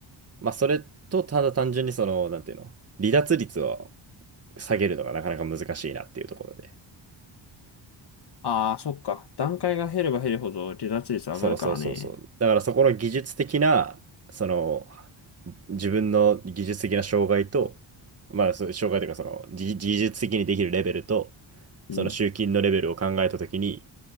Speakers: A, on the right (about 30°); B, on the left (about 55°).
A: まあそれと、ただ単純にその、なんていうの、離脱率を下げるのがなかなか難しいなっていうところで。
B: ああー、そっか。段階が減れば減るほど離脱率上がるからね。
A: そうそうそうそう。だからそこの技術的な、その、自分の技術的な障害と、まあ、そう障害というか、その、技技術的にできるレベルと、
B: うん。
A: その集金のレベルを考えたときに、